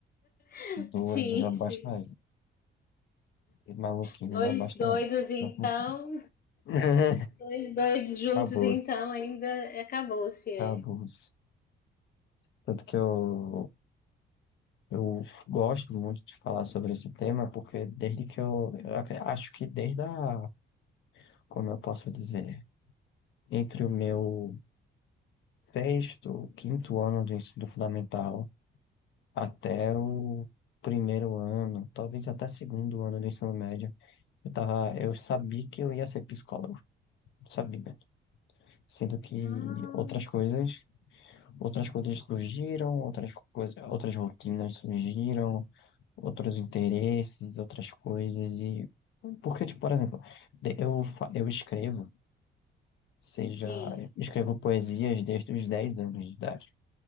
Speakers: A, on the left; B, on the left.
A: <laughs>
B: Doido
A: sim,
B: já basta
A: sim.
B: eu. De maluquinho
A: Dois
B: já basta
A: doidos
B: eu.
A: então,
B: Tá bom? <laughs>
A: dois doidos juntos
B: Acabou-se,
A: então, ainda acabou-se. É.
B: acabou-se. Tanto que eu. Eu gosto muito de falar sobre esse tema porque desde que eu, eu acre- acho que desde a, como eu posso dizer, entre o meu sexto, quinto ano do ensino fundamental até o primeiro ano, talvez até segundo ano do ensino médio, eu tava, eu sabia que eu ia ser psicólogo, sabia. Sendo que
A: Ah,
B: outras coisas, outras coisas surgiram, outras coisas, outras rotinas surgiram, outros interesses, outras coisas e porque, tipo, por exemplo, de- eu fa- eu escrevo, seja,
A: sim.
B: eu escrevo poesias desde os 10 anos de idade,